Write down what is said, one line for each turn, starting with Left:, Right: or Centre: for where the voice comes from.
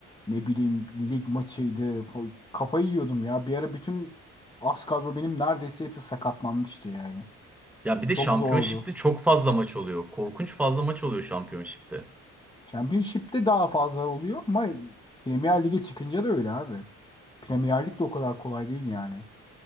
Left: ne bileyim lig maçıydı. Fa- Kafayı yiyordum ya. Bir ara bütün az kadro benim neredeyse hepsi sakatlanmıştı yani.
Centre: Ya bir de
Left: Çok
Centre: Championship'te
Left: zordu.
Centre: çok fazla maç oluyor. Korkunç fazla maç oluyor Championship'te.
Left: Championship'te daha fazla oluyor ama Premier Lig'e çıkınca da öyle abi. Premier Lig de o kadar kolay değil yani.